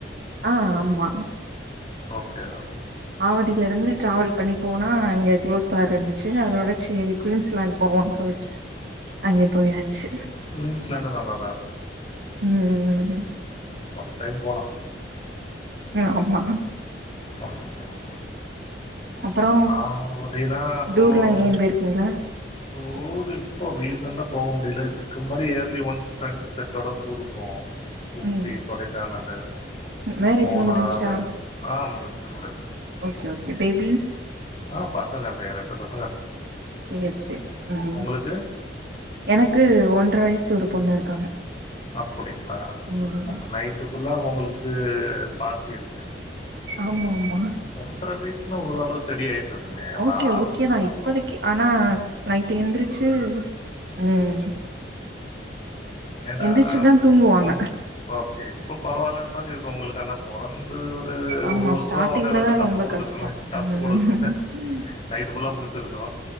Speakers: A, on the right; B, on the left.
A: ஆ ஆமா
B: ஓகே ஓகே
A: ஆவடில இருந்து டிராவல் பண்ணி போனா அங்க குளோஸா இருந்துச்சு அதோட சேரி குயின்ஸ்லேண்ட் போவோனு சொல்ட்டு அங்கே போயாச்சு
B: குயின்ஸ்லாண்டு நல்லாதா இருக்கு
A: ம்
B: ஒன் டைம் போலா
A: ஆமா
B: ஒன் டைம்
A: அப்றோ
B: ஆ அப்டினா அப்போ
A: டூர்லா
B: நீங்க
A: எங்கயு போயிருக்கீங்களா
B: டூரு இப்போ ரீசெண்டா போக முடில இதுக்கு முன்னாடி இயர்லி ஒன்ஸ் ஃப்ரெண்ட்ஸ் செட்டோட டூருக் போவோ ஊட்டி
A: ம்
B: கொடைக்கானலு
A: மேரேஜ்லா
B: மூணாறு
A: முடிஞ்ச்சா
B: ஆ முடிஞ்சு முடிஞ்சு
A: ஓகே ஓகே பேபி
B: ஆ பசங்க இருக்காய்ங்க ரெண்டு பஸ்
A: சேர் சேர் ம்
B: உங்களுக்கு
A: எனக்கு ஒன்ற வய்சு ஒரு பொண்ணு இருக்காங்க
B: அப்புடிங்ளா
A: ம்
B: அப்ப நைட்டு ஃபுல்லா உங்களுக்கு பார்ட்டி இருக்கு
A: ஆமா ஆமா
B: ஒன்ற வய்னா ஒரளவ் ஸ்டடி ஆய்ட்ருக்குமே அந்த
A: ஓகே
B: ஆறும்
A: ஓகே தா
B: ஒன்
A: இப்போதைக்கு ஆனா நைட்டு எந்ருச்சு ம்
B: ஏனா
A: எந்திரிச்சுதா தூங்குவாங்க
B: ம் ஓகே இப்ப பரவால்ல மாரி இருக்கு உங்களுக்கு ஆனா பொறந்து து
A: ஆமா
B: ஒரு வருஷோ
A: ஸ்டார்டிங்ல
B: ஒன்னேஹால் வர்ஷோ
A: தா
B: டஃப்பு
A: ரொம்ப
B: குடுத்துருக்குமே
A: கஷ்டோ
B: டஃப்பு
A: ம்
B: குடுக்குமே நைட்டு ஃபுல்லா முளிச்சிருக்கு